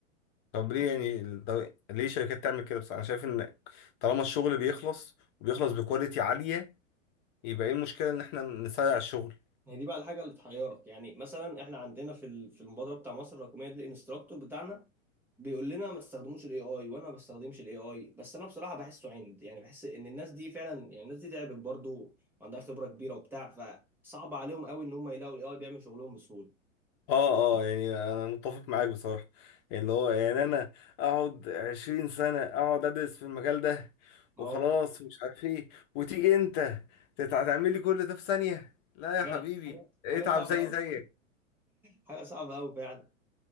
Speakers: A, on the left; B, in the centre.
A: طب ليه يعني ال- ده- ليه شركات تعمل كده بس انا شايف ان طالما الشغل بيخلص وبيخلص بكواليتي عاليه يبقى ايه المشكلة ان احنا نسرع الشغل
B: هي دي بقى الحاجه اللي تحيرك يعني مثلا احنا عندنا في ال- في المبادره بتاع مصر الرقميه دي الانستراكتور بتاعنا بيقول لنا ما تستخدموش الاي اي وانا ما بستخدمش الاي اي بس انا بصراحه بحسه عند يعني بحس ان الناس دي فعلا يعني الناس دي تعبت برضه وعندها خبره كبيره وبتاع فصعب عليهم قوي ان هم يلاقوا الاي اي بيعمل شغلهم بسهوله
A: اه اه يعني انا متفق معاك بصراحة اللي هو يعني انا اقعد عشرين سنة اقعد ادرس في المجال ده
B: اه
A: وخلاص ومش عارف ايه وتيجي انت تت- هتعمل لي كل ده في ثانية لا يا
B: فعلا
A: حبيبي
B: حاجه
A: اتعب
B: حاجه صعبه
A: زي
B: قوي
A: زيك
B: حاجه صعبه قوي فعلا